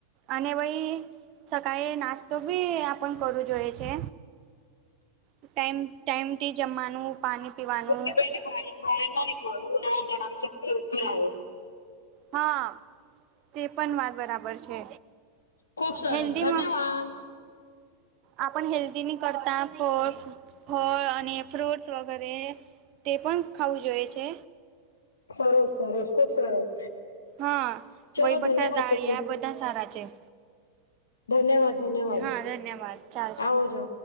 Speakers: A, on the right; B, on the left.
A: અને વહી સકાળ નાસ્તો બી આપણ કરવો જોઈએ છે. ટાઈમ ટાઈમથી જમવાનું પાણી પીવાનું
B: <unintelligible>
A: હા તે પણ માર બરાબર છે
B: ખુબ સરસ
A: હેલ્ધી
B: ધન્યવાદ
A: માં <inaudible> આપણ હેલ્દીની કરતા ફ ફળ અને ફ્રૂટ્સ વગેરે તે પણ ખાવું જોઈએ છે.
B: સરસ સરસ ખુબ સરસ.
A: હા
B: ચલો
A: વહીભઠા
B: ધન્યવાદ
A: દાળીયા
B: પછી
A: બધા સારા છે.
B: ધન્યવાદ ધન્યવાદ
A: હા ધન્યવાદ ચાલસે.
B: આવજો